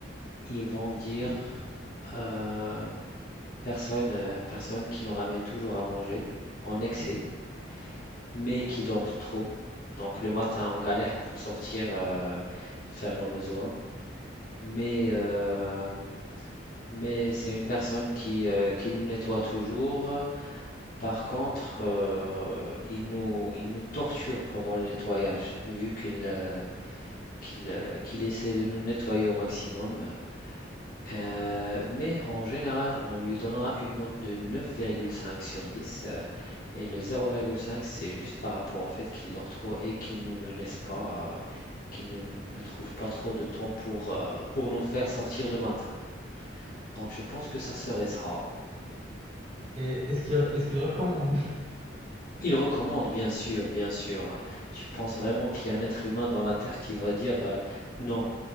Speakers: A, on the left; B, on the right.
A: Ils vont dire euh, personne, euh, personne qui nous ramène toujours à manger en excès, mais qui dort trop. Donc le matin, on galère pour sortir, euh, faire nos besoins. Mais, euh, mais c'est une personne qui, euh, qui nous nettoie toujours. Par contre, euh, il nous, il nous torture pendant le nettoyage, vu qu'il euh, qu'il, euh, qu'il essaie de nous nettoyer au maximum. Heu, mais en général, on lui donnera une note de 9,5 sur 10, heu, et le 0,5, c'est juste par rapport au fait qu'il dort trop et qu'il ne nous ne laisse pas, heu, qu'il ne ne trouve pas trop de temps pour, heu, pour nous faire sortir le matin. Donc je pense que ça serait ça.
B: Et est-ce qu'il est-ce qu'il recommande?
A: Il recommande bien sûr, bien sûr. Tu penses vraiment qu'il y a un être humain dans la terre qui va dire, heu: «Non,